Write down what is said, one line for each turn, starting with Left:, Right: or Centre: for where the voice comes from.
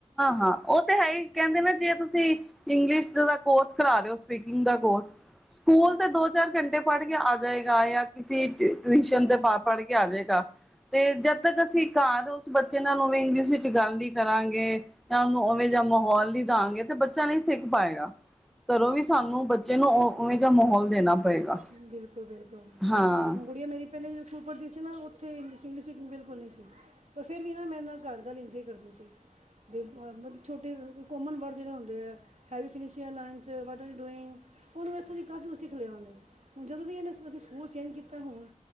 Centre: -ਹਾਂ, ਉਹ ਤੇ ਹੈ ਹੀ ਕਹਿੰਦੇ ਨੇ ਜਿਵੇ ਤੁਸੀਂ ਇੰਗਲਿਸ਼ ਦਾ ਕੋਰਸ ਕਰਾ ਰਹੇ ਹੋ ਸਪੀਕਿੰਗ ਦਾ ਕੋਰਸ ਸਕੂਲ ਤੇ ਦੋ-ਚਾਰ, ਘੰਟੇ ਪੜ੍ਹ ਕੇ ਆ ਜਾਏਗਾ ਜਾਂ ਕਿਸੇ ਟਿਊਸ਼ਨ ਤੇ ਪੜ੍ਹ ਕੇ ਆ ਜਾਏਗਾ। ਤੇ ਜਦ ਤੱਕ ਅਸੀਂ ਘਰ ਉਸ ਬੱਚੇ ਨਾਲ ਨੂੰ ਵੀ ਇੰਗਲਿਸ਼ ਵਿੱਚ ਗੱਲ ਨੀ ਕਰਾਂਗੇ ਤਾ ੳਨੂ ਉਵੇਂ ਜਾਂ ਮਾਹੌਲ ਨੀ ਦਾਂਗੇ ਤੇ ਬੱਚਾ ਨਹੀਂ ਸਿੱਖ ਪਾਏਗਾ। ਘਰੋਂ ਵੀ ਸਾਨੂੰ ਬੱਚੇ ਨੂੰ ੳਵੇਂ ਜਹਾ ਮਾਹੌਲ ਦੇਣਾ ਪਏਗਾ।
Right: ਬਿਲਕੁਲ -ਬਿਲਕੁਲ,
Centre: ਹਾਂ
Right: ਹੁਣ ਗੜੀਆਂ ਮੇਰੀ ਪਹਿਲੇ ਜਦੋਂ ਸਕੂਲ ਪੜ੍ਹਦੀ ਸੀ ਨਾ, ਉੱਥ ਇੰਗਿਲਸ ਸਪੀਗ ਬਿਲਕੁਲ ਨਹੀਂ ਸੀ। ਪਰ ਫੇਰ ਵੀ ਨਾ ਮੈਂ ਨਾ ਘਰ ਗਾਲ ੲੰਜੇ ਹੀ ਕਰਦੀ ਸੀ। ਮਤਲਬ ਛੋਟੇ ਕੋਮਨ ਵਰਡ ਜਿਹੜੇ ਹੁਦੇ ਹੈ। ਵੀ <unintelligible> ਫਿਨਸ਼ਿੰਗ, ਲਾਈਨ ਚ ਵਟ ਆਰ ਯੂ ਡੂਇੰਗ? ਹਨੂੰ ਐਕਚੁਲੀ ਕਾਫ਼ੀ ਕੁਛ ਸਿੱਖ ਲਿਆ ਉਹਨੇ ਹੁਣ ਜਦੋਂ ਦੀ ਇਹਨੇ ਅਸੀਂ ਸਕੂਲ ਚੇਂਜ ਕੀਤਾ ਹੁਣ